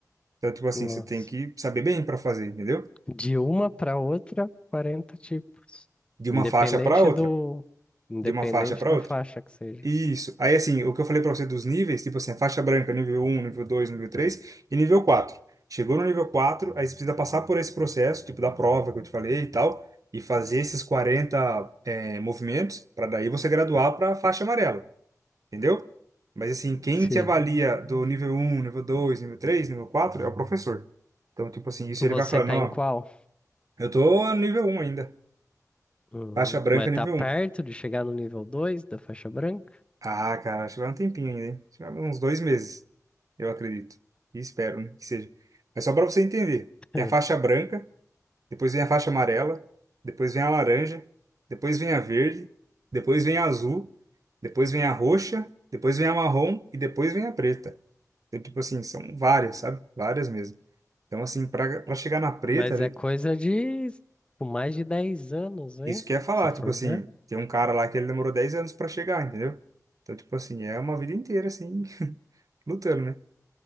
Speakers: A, on the right (about 65°); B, on the left (about 15°).
A: Então, tipo assim,
B: Nossa.
A: você tem que saber bem para fazer, entendeu?
B: De uma para outra, 40 tipos.
A: De uma
B: Independente
A: faixa para outra,
B: do. Independente
A: de uma faixa para
B: da
A: outra.
B: faixa que seja.
A: Isso. Aí, assim, o que eu falei para você dos níveis, tipo assim, a faixa branca, nível um nível dois nível 3 e nível quatro Chegou no nível quatro aí você precisa passar por esse processo, tipo da prova que eu te falei e tal, e fazer esses 40 eh, movimentos, para daí você graduar para faixa amarela, entendeu? Mas, assim, quem
B: Sei.
A: te avalia do nível um nível dois nível três nível 4 é o professor. Então, tipo assim, isso
B: Você
A: ele vai falando,
B: tá
A: ó,
B: em qual?
A: eu tô no nível um ainda.
B: Hum,
A: Faixa branca
B: mas tá
A: nível
B: perto
A: um
B: de chegar no nível 2 da faixa branca? <laughs>
A: Ah, cara, acho que vai um tempinho ainda, hein? Acho que vai uns dois meses, eu acredito. E espero, né, que seja. Mas só para você entender, tem
B: Hum,
A: a faixa branca, depois vem a faixa amarela, depois vem a laranja, depois vem a verde, depois vem a azul, depois vem a roxa, depois vem a marrom e depois vem a preta. Então, tipo assim, são várias, sabe? Várias mesmo. Então, assim, para para chegar na preta,
B: Mas é coisa de tipo, mais de 10 anos, hein?
A: Isso que eu ia falar,
B: Se for
A: tipo assim,
B: ver.
A: tem um cara lá que ele demorou 10 anos pra chegar, entendeu? Então, tipo assim, é uma vida inteira, assim, <laughs> lutando, né?